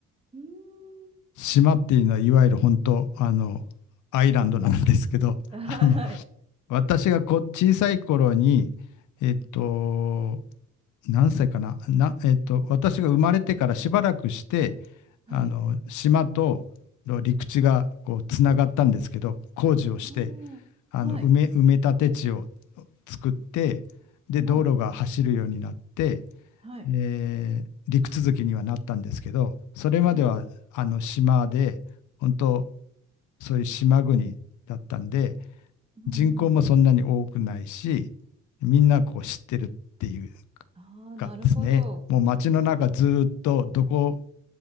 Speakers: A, on the right; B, on the left.
A: うーん。
B: 島っていうのはいわゆる本当あのアイランドなんですけど
A: はい。
B: <laughs> あの私がこ小さい頃にえっと何歳かなな、えっと、私が生まれてからしばらくして
A: はい。
B: あの島との陸地がこうつながったんですけど工事をして
A: あーはい。
B: あの埋め埋め立て地を作ってで道路が走るようになって
A: はあはい。
B: えー陸続きにはなったんですけど、それまではあの島で、
A: うーん。
B: 本当そういう島国だったんで、
A: うんうんうん。
B: 人口もそんなに多くないし、みんなこう知ってるっていう
A: ああ、
B: かですね、
A: なるほど。
B: もう街の中ずーっとどこ、
A: は